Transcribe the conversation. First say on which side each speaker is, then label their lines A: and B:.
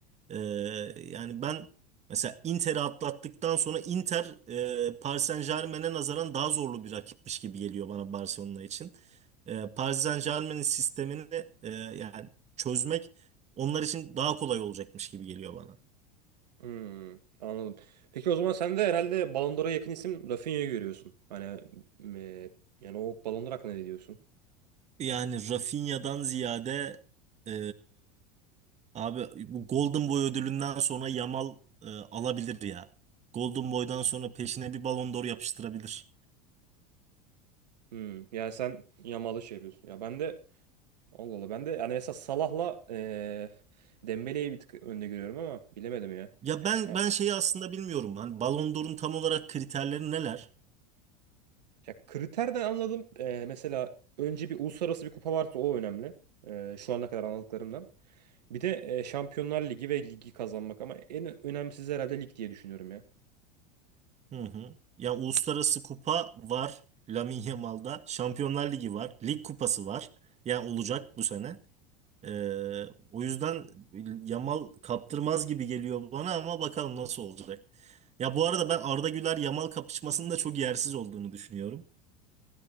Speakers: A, on the right; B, on the right.
A: Ee, yani ben mesela Inter'i atlattıktan sonra Inter e, Paris Saint-Germain'e nazaran daha zorlu bir rakipmiş gibi geliyor bana Barcelona için. Ee, Paris Saint-Germain'in sistemini e, yani çözmek onlar için daha kolay olacakmış gibi geliyor bana.
B: Hmm, anladım. Peki o zaman sen de herhalde Ballon d'Or'a yakın isim Rafinha'yı görüyorsun. Hani e, yani o Ballon d'Or hakkında ne diyorsun?
A: Yani Rafinha'dan ziyade e, abi bu Golden Boy ödülünden sonra Yamal e, alabilir ya. Golden Boy'dan sonra peşine bir Ballon d'Or yapıştırabilir.
B: Hmm, yani sen Yamal'ı şey yapıyorsun. Ya ben de Allah Allah ben de yani mesela Salah'la e, Dembele'yi bir tık önde görüyorum ama bilemedim ya.
A: Ya ben
B: Ha,
A: ben şeyi aslında bilmiyorum. Hani Ballon d'Or'un tam olarak kriterleri neler?
B: ya kriterden anladım. E, mesela önce bir uluslararası bir kupa varsa o önemli. E, şu ana kadar anladıklarımdan. Bir de e, Şampiyonlar Ligi ve ligi kazanmak ama en önemlisi herhalde lig diye düşünüyorum ya.
A: Hı hı. Ya uluslararası kupa var Lamine Yamal'da. Şampiyonlar Ligi var. Lig kupası var. Ya olacak bu sene. Ee, o yüzden Yamal kaptırmaz gibi geliyor bana ama bakalım nasıl olacak. Ya bu arada ben Arda Güler Yamal kapışmasının da çok yersiz olduğunu düşünüyorum.